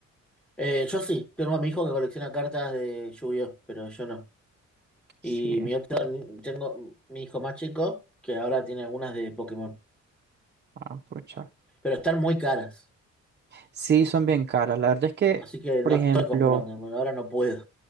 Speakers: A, in the centre; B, on the right (about 35°).
A: Eh, yo sí, tengo a mi hijo que colecciona cartas de Yu-Gi-Oh, pero yo no.
B: Sí,
A: Y mi otro, tengo mi hijo más chico que ahora tiene algunas de Pokémon,
B: ah, pucha.
A: pero están muy caras,
B: Sí, son bien caras. La verdad es que,
A: así que
B: por
A: no
B: ejemplo...
A: estoy comprando, bueno, ahora no puedo.